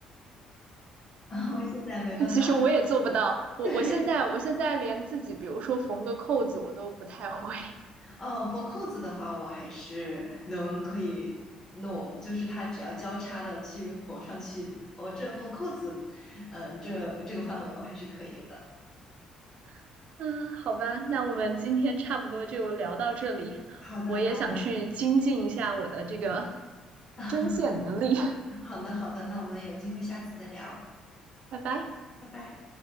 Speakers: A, on the left (about 25°); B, on the right (about 65°).
A: <laughs> 然后现在没办法。
B: <laughs> 其实我也做不到，我我现在我现在连自己，
A: <laughs> 对。
B: 比如说缝个扣子，我都不太会。
A: 哦，缝扣子的话，我还是能可以弄，就是它只要交叉的去缝上去，我、这缝扣子，嗯、这这个范围我还是可以的。
B: <laughs> 嗯，好吧，那我们今天差不多就聊到这里。
A: 好的，
B: 我也想去精进一下我的这个
A: 那我们 <laughs>
B: 针线能力。
A: 好的好的，那我们有机会下次再聊，
B: <laughs> 拜拜。
A: 拜拜。